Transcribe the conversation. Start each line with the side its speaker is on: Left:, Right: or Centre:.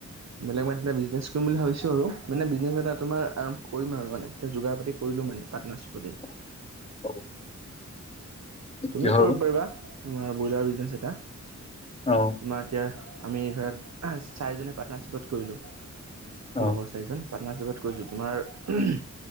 Right: বেলেগ মানে এ বিজনেছ কৰিম বুলি ভাবিছো আৰু মানে বিজনেছ এটা তোমাৰ আৰম্ভ কৰিম আৰু মানে এতিয়া যোগাৰ পাতি। কৰিলো মানে পাটনাৰশ্বিপতে।
Left: <unintelligible>
Right: তুমি
Left: কিহৰ
Right: কৰিব
Left: বা?
Right: পাৰিবা তোমাৰ বইলাৰ বিজনেছ এটা।
Left: অ,
Right: তোমাৰ এতিয়া আমি ধৰা চাৰিজনে পাৰ্টনাৰশ্বিপত কৰিলোঁ,
Left: অ
Right: লগৰ চাৰিজন। পাটনাৰচেপত কৈছোঁ তোমাৰ।